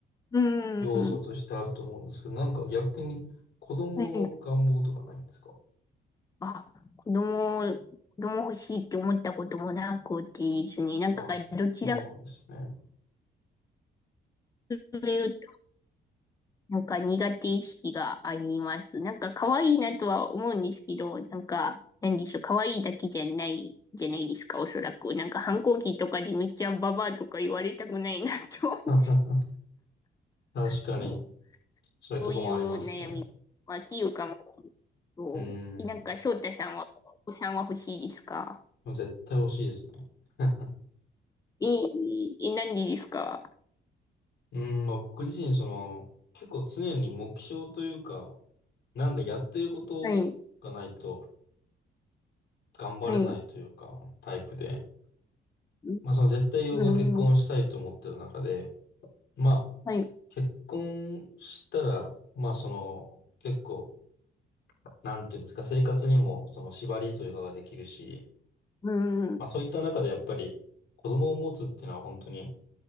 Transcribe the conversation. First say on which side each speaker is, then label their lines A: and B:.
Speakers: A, on the left; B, on the left.
A: ーん。
B: 要素としてあると思うんですけど、なんか逆に子供の願望とかないんですか
A: はい。あ、子供、子供欲しいって思ったこともなくてですね、なんかどちらか
B: あ、そうなんですね。
A: というと、なんか苦手意識があります。なんか可愛いなとは思うんですけど、なんか、なんでしょう、可愛いだけじゃないじゃないですか、おそらく。なんか反抗期とかでめっちゃババアとか言われたくないなと思って。
B: <laughs> 確かに、
A: そう、
B: そういうとこもありますね。
A: そういう悩み。まあ、器用かもしれない。そう。
B: うん。
A: なんか翔太さんは、お子さんは欲しいですか
B: 絶対欲しいですね。<laughs>
A: ええ、えなんでですか
B: うん、まあ僕自身、その、結構常に目標というか、なんかやってることがないと
A: はい。
B: 頑張れないというか、
A: はい。
B: タイプで。
A: う
B: まあその絶対僕が結婚したいと思ってる中で、
A: ん、うん、
B: まあ
A: はい、
B: 結婚したら、まあその、結構、なんていうんですか、生活にもその縛りというかができるし、
A: うん、
B: まあそういった中でやっぱり子供を持つっていうのは本当に
A: う